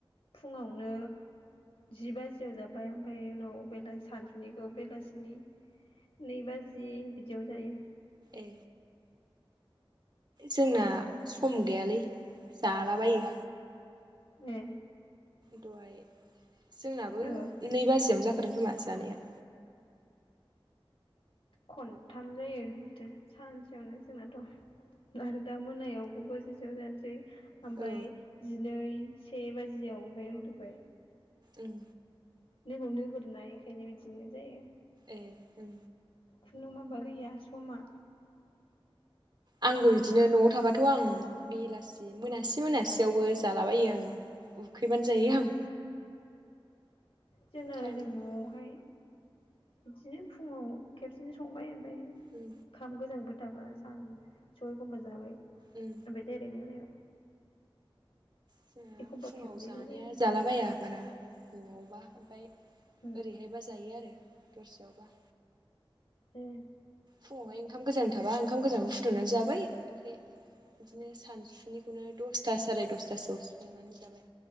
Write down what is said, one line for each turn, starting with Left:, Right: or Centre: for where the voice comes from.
Left: फुङावनो जि बाजियाव जाबाय ओमफ्राय उनाव बेला सानजुफुनिखौ बेलासिनि नै बाजि बिदियाव जायो
Right: ए जोंना सम गैयालै जालाबायो
Left: ए
Right: दहाय जोंनाबो
Left: औ
Right: नै बाजियावनो जाखादों खोमा जानाया
Left: खनथाम जायो माथो सानसेयावनो जोंनाथ आरो दा मोनायाव गु बाजिसेआव जानोसै ओमफ्राय
Right: औ
Left: जिनै से बाजियाव ओमफफ्राय उन्दुबाय
Right: उम
Left: नै बेयाव नोगोरना इखायनो बिदिनो जायो
Right: ए ओ
Left: खुनु माबा गैया समा
Right: आंबो बिदिनो नआव थाबाथ आं बेलासि मोनासे मोनासेयावबो जालाबायो आं उ उखैबानो जायो
Left: उम
Right: आं
Left: जोंना
Right: टाइमानो
Left: जों न'आवहाय
Right: गैया
Left: बिदिनो फुङाव खेबसेनो संबाय
Right: उम
Left: खाम गोजां बोथ दाबा सान सयखमबो जाबाय
Right: उम
Left: बे दायरेक होनायाव
Right: जोंहा
Left: एखमबा
Right: फुंङाव
Left: खेबनैल'
Right: जानाया
Left: जायो
Right: जालाबाया बारा न'आवबा ओमफ्राय
Left: उम
Right: ओरैहायबा जायो आरो दस्रयावबा
Left: उम
Right: फुङावहाय ओंखाम गोजान थाबा ओंखाम गोजांखौ फुदुंनानै जाबाय ओमफ्राय बिदिनो सानसुनिखौनो दसे था सारैय दसथासोआव संनानै जाबाय